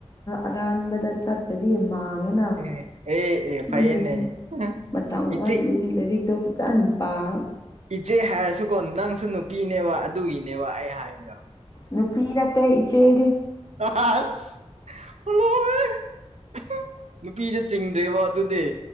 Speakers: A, on the left; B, on the right.
A: ꯑꯔꯥꯟꯕꯗ ꯆꯠ ꯇꯗꯤ ꯃꯥꯡꯉꯦꯅ
B: ꯑꯦ ꯑꯦ ꯑꯦ ꯐꯩꯌꯦꯅꯦ
A: ꯑꯗꯨꯒꯤꯅꯦ ꯃꯇ
B: ꯏꯆꯦ
A: ꯋꯥꯠꯂꯤꯌꯦ ꯂꯥꯏꯔꯤꯛꯇꯣ ꯐꯖꯅ ꯄꯥꯔꯦ
B: ꯏꯆꯦ ꯍꯥꯏꯔꯁꯨꯀꯣ ꯅꯪꯁꯨ ꯅꯨꯄꯤꯅꯦꯕ ꯑꯗꯨꯒꯤꯅꯦꯕ ꯑꯩ ꯍꯥꯏꯔꯤꯗꯣ
A: ꯅꯨꯄꯤ ꯅꯠꯇꯦ ꯏꯆꯦꯗꯤ
B: ꯑꯁ ꯂꯣꯢꯔꯦꯍꯦ ꯅꯨꯄꯤꯗ ꯆꯤꯡꯗ꯭ꯔꯦꯕ ꯑꯗꯨꯗꯤ